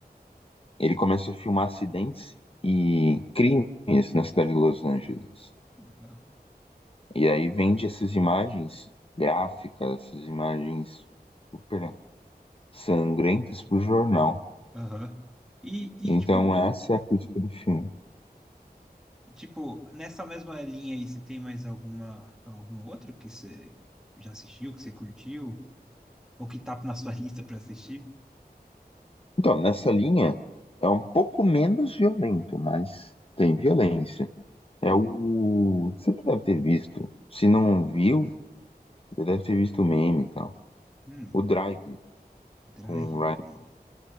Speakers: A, on the left; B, in the centre.
A: ele começa a filmar acidentes e crimes na cidade de Los Angeles.
B: não,
A: E aí vende essas imagens gráficas, essas imagens super sangrentas para o jornal.
B: aham. E, e,
A: Então
B: tipo,
A: essa é a crítica do filme.
B: e, tipo, nessa mesma linha aí, você tem mais alguma, algum outro que você já assistiu, que você curtiu? O que tá na sua <laughs> lista pra assistir?
A: Então, nessa linha, é um pouco menos violento, mas tem violência. É o. Você já deve ter visto. Se não viu, já deve ter visto o meme e tal.
B: Hum,
A: O Drive
B: Drive.
A: com o Ryan